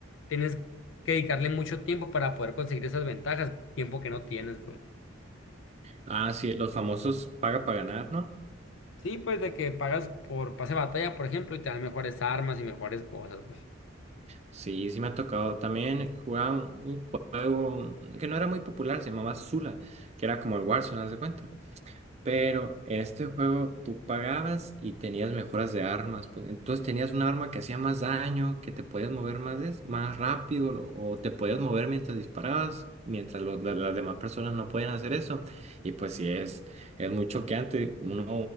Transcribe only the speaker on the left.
tienes que dedicarle mucho tiempo para poder conseguir esas ventajas, tiempo que no tienes, pues.
Sí, pues de que pagas por pase de batalla, por ejemplo, y te dan mejores armas y mejores cosas, pues.